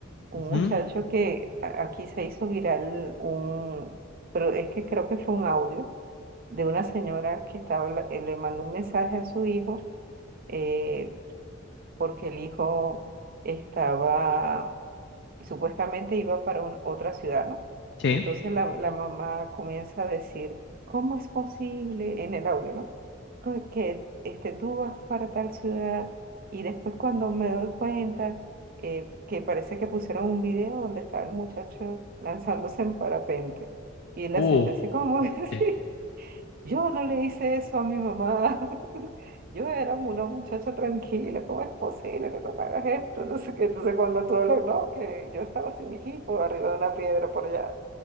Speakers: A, on the right; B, on the left.
A: un
B: Ujú,
A: muchacho que a- aquí se hizo viral un, pero es que creo que fue un audio de una señora que estaba, habla- eh, le mandó un mensaje a su hijo eh, porque el hijo estaba y supuestamente iba para un- otra ciudad, ¿no?
B: sí
A: Entonces la, la mamá comienza a decir, ¿cómo es posible? En el audio, ¿no? "Co- Que este, tú vas para tal ciudad y después cuando me doy cuenta eh, que parece que pusieron un video donde estaba el muchacho lanzándose en parapente. Y la
B: Uh,
A: señora dice, ¿cómo <laughs> es así?
B: sí.
A: Yo no le hice eso a mi mamá. <laughs> Yo era una muchacha tranquila. ¿Cómo es posible que tú me hagas esto? No sé qué. Entonces, cuando tú hablas, no, que yo estaba sin mi equipo arriba de una piedra por allá.